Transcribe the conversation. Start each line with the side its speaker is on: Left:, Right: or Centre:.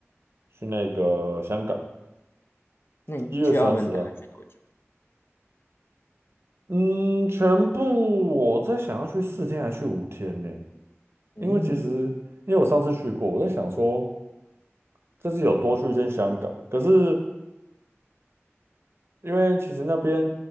Right: 去那个香港，
Left: 那你去澳门打算去多久？
Right: 一月三十啊。嗯，全部我在想要去四天还是去五天呢？
Left: 嗯
Right: 因为其实因为我上次去过，我在想说这次有多去一天香港，可是。因为其实那边